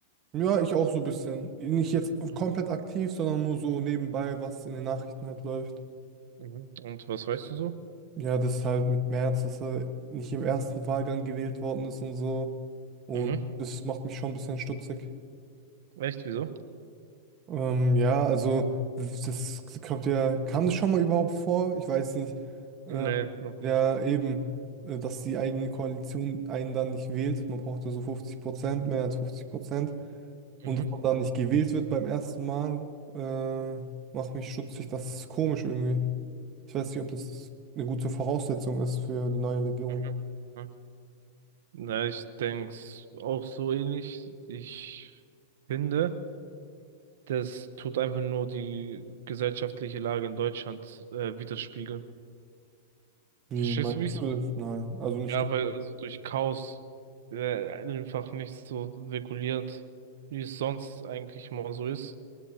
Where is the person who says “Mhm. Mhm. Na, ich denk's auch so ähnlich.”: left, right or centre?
Right